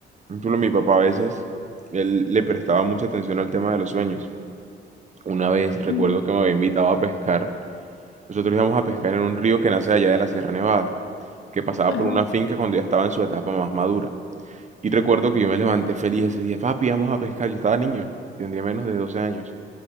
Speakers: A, on the right; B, on the left.
A: incluso mi papá a veces, él le prestaba mucha atención al tema de los sueños. Una vez recuerdo
B: Ujú.
A: que me había invitado a pescar. Nosotros íbamos a pescar en un río que nace allá de la Sierra Nevada, que pasaba
B: Ajá,
A: por una finca cuando ya estaba en su etapa más madura. Y recuerdo
B: ok.
A: que yo me levanté feliz ese día, papi, vamos a pescar. Yo estaba niño, tendría menos de 12 años.